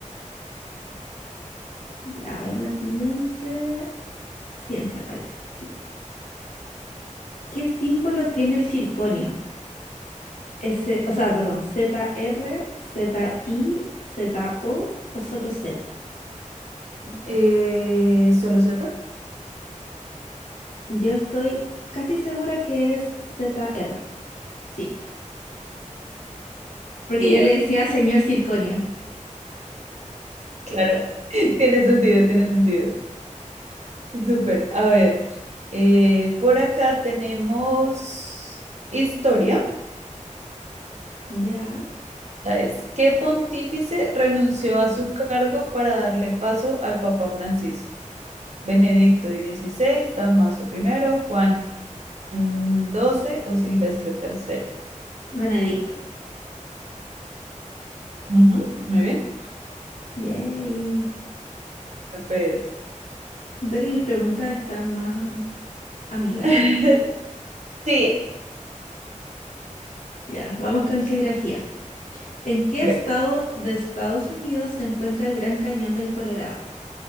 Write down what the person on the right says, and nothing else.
Eh, ¿solo Z?
Sí.
Claro, <laughs> tiene sentido, tiene sentido. Súper. A ver, eh, por acá tenemos historia.
Esta Es, ¿qué pontífice renunció a su cargo para darle paso al Papa Francisco? ¿Benedicto dieciséis, Damaso primero, Juan doce o Silvestre tercero.
Ujú, Muy bien.
Súper.
<laughs> Sí.
Ok.